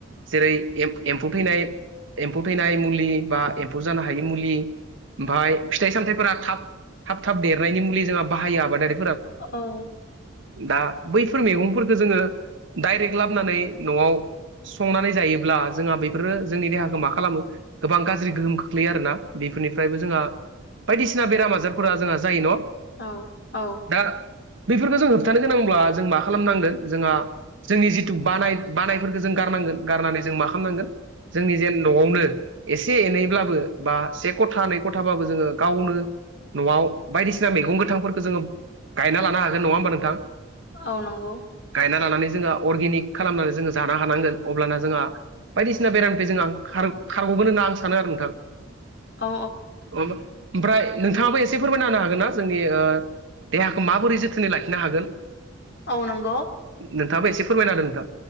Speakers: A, on the right; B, on the left.
A: जेरै- एम्फौ एम्फौ थैनाय-एम्फौ थैनाय मुलि बा एम्फौ जानो हायि मुलि, ओमफ्राय फिथाइ सामथाइफोरा
B: औ
A: थाब, थाब थाब देरनायनि मुलि जोंहा बाहायो आबादारि
B: औ।
A: दा बैफोर मैगंफोरखौ जोङो डाइरेक्ट लाबोनानै न'आव संनानै जायोब्ला जोंहा बेफोरो जोंनि देहाखौ मा खालामो गोबां गाज्रि गोहोम खोख्लैयो आरोना। बेफोरनिफ्रायबो जोंहा बायदिसिना बेराम-आजारफोरा जोंहा जायो न'?
B: औ औ।
A: दा बेफोरखौ जों होबथानो गोनांब्ला जों मा खालामनांगोन? जोंहा जोंनि जिथु बानाय-बानायफोरखौ जों गारनांगोन गारनानै जों मा खालामनांगोन? जोंनि जेन न'आवनो एसे एनैब्लाबो बा से खथा, नै खथाबाबो जोङो गावनो न'आव बायदिसिना बायसिना मैगं गोथांफोरखौ जोङो गायना लानो हागोन नङा होमबा नोंथां।
B: औ नंगौ।
A: गायना लानानै जोंहा अर्गेनिक खालामनानै जोङो जानो हानांगोन अब्लाना जोंहा बायदिसिना बेरामनिफ्राय जों खारग'-खारग'गोन होनना आं सानो आरो नोंथां। <unintelligible>
B: औ
A: ओमफ्राय नोंथाङाबो एसे फोरमायना होनो हागोन ना जोंनि देहाखौ माबोरै जो जोथोनै लाखिनो हागोन
B: औ नंगौ
A: नोंथाङाबो एसे फोरमायनादों नोंथां?